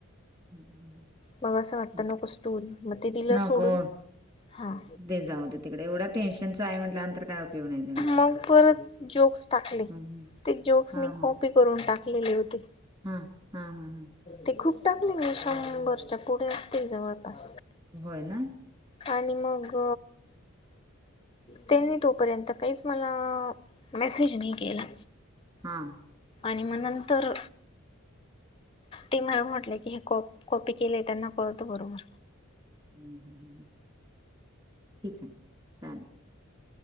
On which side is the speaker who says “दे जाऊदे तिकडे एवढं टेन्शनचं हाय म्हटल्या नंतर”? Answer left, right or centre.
Right